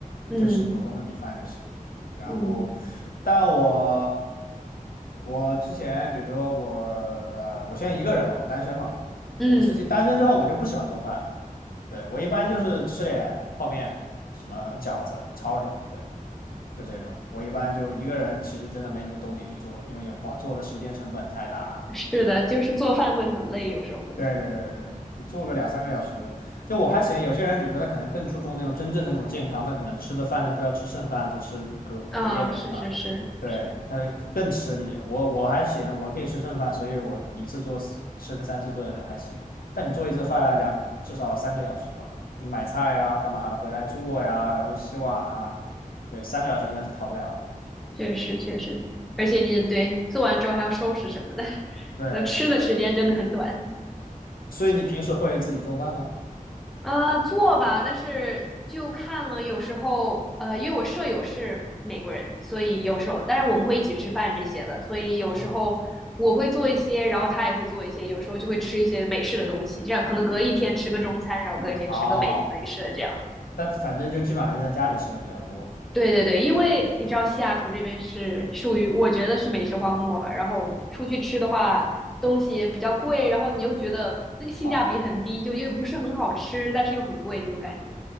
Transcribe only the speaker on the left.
就吃普通的米饭就行。然后，
但我我之前比如说我呃，我现在一个人嘛，我单身嘛，
我自己单身之后我就不喜欢做饭了。对，我一般就是吃点泡面、什么饺子、抄手，对，就这种，我一般就一个人，其实真的没什么动力去做，因为花做的时间成本太大了。
对对对对对，你做个两三个小时，就我还嫌有些人，比如说他可能更注重那种真正的那种健康，他可能吃的饭都不要吃剩饭，不吃隔隔夜的干嘛，
对，他更吃力。我我还嫌我可以吃剩饭，所以我一次做四吃个三四顿还行。但你做一次饭两至少三个小时吧，你买菜啊干嘛的，回来做呀，然后洗碗啊，对，三个小时应该是跑不了的
对，
是的。所以你平时会自己做饭吗？
啊，
哦，但反正就基本上还是在家里吃的比较多
啊，